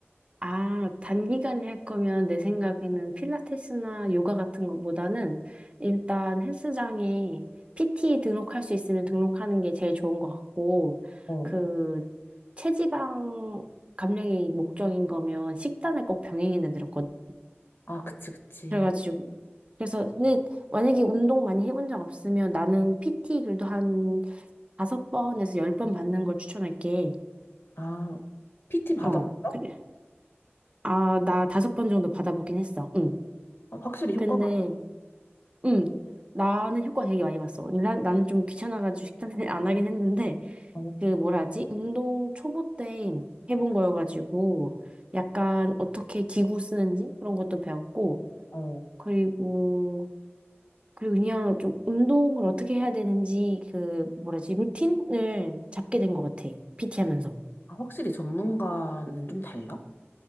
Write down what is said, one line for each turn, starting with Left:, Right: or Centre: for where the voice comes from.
Right: 아, 단기간에 할 거면 내 생각에는 필라테스나 요가 같은 것보다는 일단 헬스장에 PT 등록할 수 있으면 등록하는 게 제일 좋은 것 같고,
Left: 어,
Right: 그, 체지방 감량이 목적인 거면 식단을 꼭 병행해 내드렸거든?
Left: 아, 그치, 그치.
Right: 그래가지고 그래서 근데 만약에 운동 많이 해본 적 없으면 나는 PT 그래도 한 다섯 번에서 열 번 받는 걸 추천할게.
Left: 아, PT 받아봤어?
Right: 어, 그래. 아, 나 다섯 번 정도 받아보긴 했어. 응.
Left: 아, 확실히
Right: 근데,
Left: 효과가.
Right: 응. 나는 효과 되게 많이 봤어. 근데 난, 나는 좀 귀찮아가지고 식단을 <laughs> 안 하긴 했는데,
Left: 있어.
Right: 그 뭐라 하지? 운동 초보 때 해본 거여가지고, 약간 어떻게 기구 쓰는지 그런 것도 배웠고,
Left: 어.
Right: 그리고 그리고 그냥 좀 운동을 어떻게 해야 되는지 그 뭐라지 루틴을 잡게 된 것 같아. PT 하면서.
Left: 아, 확실히 전문가는 좀 달라?